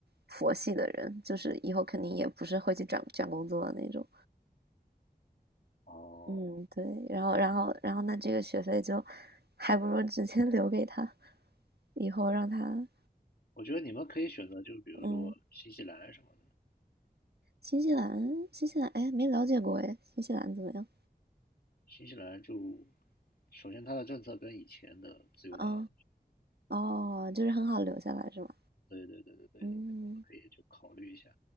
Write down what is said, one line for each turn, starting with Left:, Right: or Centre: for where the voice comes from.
Right: 佛系的人，就是以后肯定也不是会去转转工作的那种。
Left: 哦，
Right: 嗯，对。然后然后然后那这个学费就还不如直接 <laughs> 留给她，以后让她
Left: 我觉得你们可以选择，就是比如说新西兰什么的，
Right: 嗯，新西兰新西兰哎没了解过哎，新西兰怎么样？
Left: 新西兰就首先它的政策跟以前的自由党很，
Right: 啊哦，就是很好留下来是吗？
Left: 对对对对对，
Right: 嗯
Left: 你可以你们可以去考虑一下，